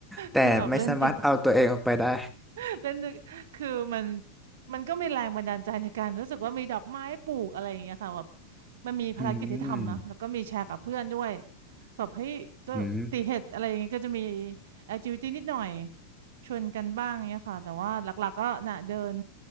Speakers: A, in the centre; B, on the right (about 55°).
A: แต่ไม่สามารถเอาตัวเองออกไปได้
B: คือแบบเล่นเกม <laughs> เล่นด้วยคือมันมันก็มีแรงบันดาลใจในการรู้สึกว่ามีดอกไม้ปลูกอะไรอย่างเงี้ยค่ะแบบมันมีภารกิจที่ทำนะแล้วก็มีแชร์กับเพื่อนด้วย
A: อืม
B: แบบเฮ้ยก็ตีเห็ดอะไรอย่างเงี้ยก็จะมี
A: อืม
B: แอคทิวิตี้นิดหน่อยชวนกันบ้างเงี้ยค่ะแต่ว่าหลักๆก็น่ะเดิน